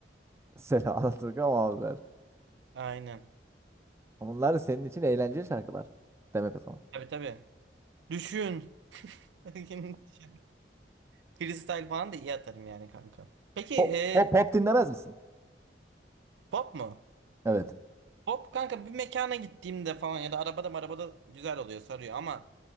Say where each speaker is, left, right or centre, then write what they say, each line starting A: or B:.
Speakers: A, on the right (about 15°); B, on the right (about 80°).
A: Selam Alaturka Mavzer.
B: Aynen.
A: onlar senin için eğlenceli şarkılar. Demek o zaman.
B: Tabii tabii. Düşün. <laughs> Freestyle falan da iyi atarım yani kanka. Peki
A: Pop,
B: e,
A: pop, pop dinlemez misin?
B: pop mu?
A: Evet.
B: Pop kanka bir mekana gittiğimde falan ya da arabada arabada güzel oluyor sarıyor ama